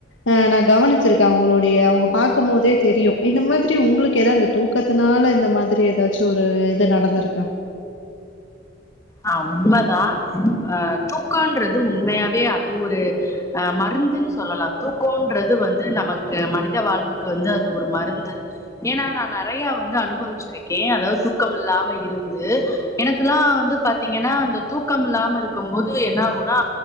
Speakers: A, on the left; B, on the left.
A: ஆ நா கவனிச்சிருக்கே அவுங்களுடைய அவுங்க பாக்கும் போதே தெரியு இந்த மாத்ரி உங்களுக்கு எதா இந்த தூக்கத்துனால இந்த மாதிரி எதாச்சு ஒரு இது நடந்திருக்கா
B: ஆ உண்மதா அ தூக்கன்றது உண்மையாவே அது ஒரு அ மருந்துன் சொல்லலா தூக்கோன்றது வந்து நமக்கு மனித வாழ்வுக்கு வந்து அது ஒரு மருந்து ஏனா நா நெறைய வந்து அனுபவிச்சிருக்கே அதாது தூக்கம் இல்லாம இருந்து எனக்குலா வந்து பாத்தீங்கன்னா அந்த தூக்கம் இல்லாம இருக்கும் போது என்ன ஆகுனா